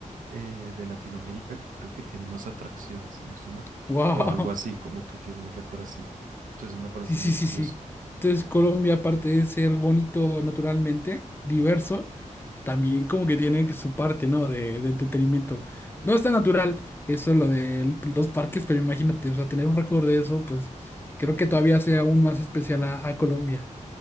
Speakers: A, on the right; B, on the left.
A: eh, de Latinoamérica que creo que tiene más atracciones, si no estoy mal,
B: Wow.
A: o algo así, como que tiene un récord así. Entonces me parece
B: Sí, sí,
A: muy
B: sí,
A: curioso.
B: sí. Entonces Colombia, aparte de ser bonito naturalmente, diverso, también como que tiene su parte, ¿no? De, de entretenimiento. No está natural eso lo de los parques, pero imagínate, o sea, tener un récord de eso, pues creo que todavía sea aún más especial a, a Colombia.